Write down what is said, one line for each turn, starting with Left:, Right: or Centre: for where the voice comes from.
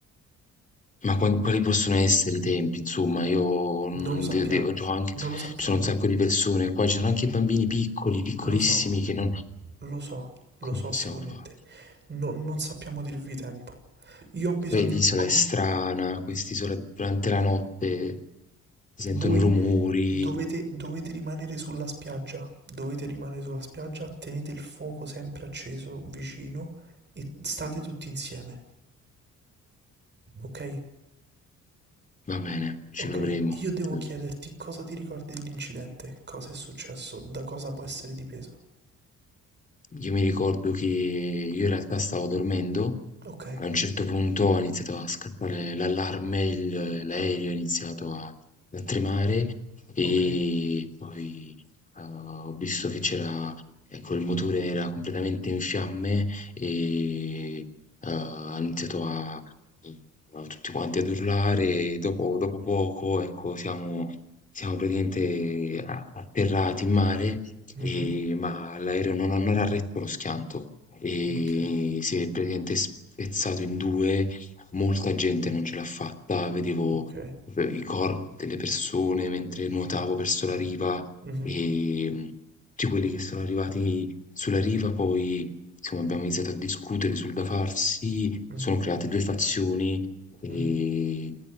Left: Ma quan quali possono essere i tempi? Insomma, io non
Right: Non lo sappiamo,
Left: de devo c'ho anche
Right: non lo sappiamo,
Left: ci sono un sacco di persone qua, ci sono anche bambini piccoli, piccolissimi
Right: lo so,
Left: che non
Right: lo so, lo
Left: come
Right: so
Left: possiamo
Right: assolutamente.
Left: fa
Right: No- non sappiamo dirvi tempo. Io ho bisogno
Left: poi l'isola
Right: che comunque
Left: è strana, quest'isola durante la notte si sentono
Right: voi
Left: rumori.
Right: dovete, dovete rimanere sulla spiaggia, dovete rimanere sulla spiaggia, tenete il fuoco sempre acceso vicino e state tutti insieme, ok?
Left: Va bene, ci
Right: Ok,
Left: proveremo.
Right: io devo
Left: Mh.
Right: chiederti cosa ti ricordi dell'incidente, cosa è successo, da cosa può essere dipeso.
Left: Io mi ricordo che io in realtà stavo dormendo,
Right: Ok,
Left: a un certo punto è iniziato a scattare l'allarme, il- l'aereo è iniziato a, a tremare e
Right: ok.
Left: poi eh, ho visto che c'era, ecco, il motore era completamente in fiamme e eh, ha iniziato a, a tutti quanti ad urlare e dopo, dopo poco, ecco, siamo, siamo praticamente a- atterrati in mare
Right: Mhm,
Left: e- ma l'aereo non, non era retto lo schianto e
Right: ok,
Left: si è praticamente spezzato in due, molta gente non ce l'ha fatta, vedevo
Right: ok.
Left: proprio i corpi delle persone mentre nuotavo verso la riva
Right: Mhm,
Left: e mh, tutti quelli che sono arrivati sulla riva poi insomma, abbiamo iniziato a discutere sul da farsi,
Right: mhm.
Left: sono create due fazioni e
Right: Mh-mh.